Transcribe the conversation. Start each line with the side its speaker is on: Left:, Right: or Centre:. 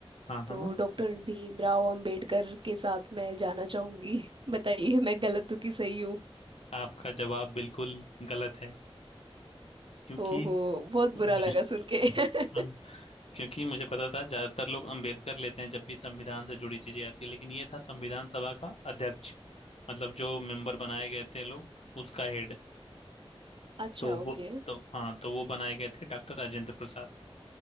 Left: हाँ
Right: तो
Left: हाँ
Right: डॉक्टर भीमराव अंबेडकर के साथ मैं जाना चाहूंगी <laughs> बताइए मैं गलत हूँ कि सही हूँ
Left: आपका जवाब बिल्कुल गलत है क्योंकि
Right: ओहो बहुत बुरा
Left: मुझे
Right: लगा सुन के <laughs>
Left: हाँ, क्योंकि मुझे पता था ज्यादातर लोग अंबेडकर लेते हैं जब भी संविधान से जुड़ी चीजें आती है लेकिन ये था संविधान सभा का अध्यक्ष मतलब जो मेंबर बनाए गए थे लोग उसका हेड
Right: अच्छा
Left: तो
Right: ओके
Left: वो तो हाँ तो वो बनाए गए थे डॉक्टर राजेंद्र प्रसाद